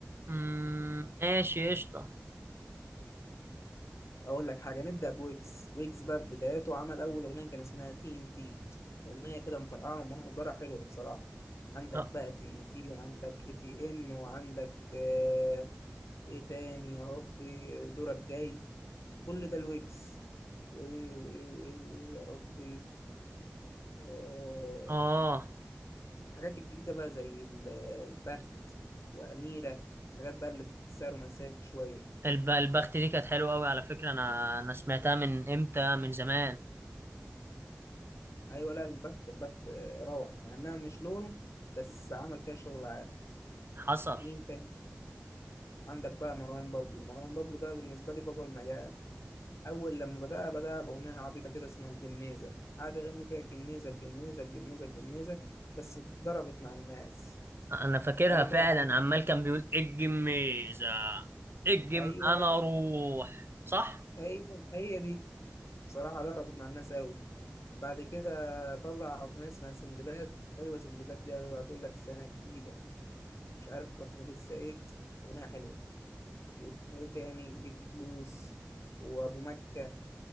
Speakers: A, on the right (about 50°); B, on the left (about 65°).
A: أمم، ماشي قشطه
B: اقول لك حاجه نبدا بويجز ويجز بقى في بداياته عمل اول اغنيه كان اسمها تي ان تي اغنيه كده مفرقعه ومهيبره حلوه بصراحه عندك
A: اه
B: بقى تي ان تي وعندك اي تي ام وعندك آه ايه تاني يا ربي دورك جاي كل ده الويجز وايه وايه وايه وإيه يا ربي آه
A: آه.
B: الحاجات الجديده بقى زي ال- البخت واميره حاجات بقى اللي بتحسها رومانسيه شويه
A: الب- البخت دي كانت حلوة أوي على فكرة أنا أنا سمعتها من إمتى من زمان
B: ايوه لا البث البث آه، روعه مع انها مش لونه بس عمل فيها شغل عالي
A: حصل
B: مين تاني عندك بقى مروان بابلو مروان بابلو ده بالنسبه لي بابا المجال اول لما بدأ بدأ باغنيه عبيطه كده اسمها الجميزه قعد يغني فيها الجميزه الجميزه الجميزه الجميزه بس ضربت مع الناس
A: أنا فاكرها
B: بعد كده
A: فعلا
B: عمل-
A: عمال كان بيقول اجم ميزة اجم
B: ايوه
A: أنا أروح صح؟
B: ايوه هي دي بصراحه ضربت مع الناس قوي بعد كده طلع اغنيه اسمها سندباد حلوه سندباد دي يقعد يقول لك سنه جديده مش عارف احنا لسه ايه اغنيه حلوه وايه تاني جيب فلوس وابو مكة